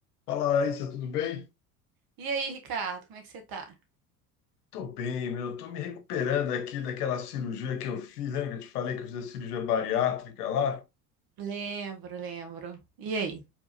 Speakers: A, on the left; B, on the right.
A: Fala, Larissa, tudo bem?
B: E aí, Ricardo, como é que você tá?
A: Tô bem, meu. Tô me recuperando aqui daquela cirurgia que eu fiz. Lembra que eu te falei que eu fiz a cirurgia bariátrica lá?
B: Lembro, lembro. E aí?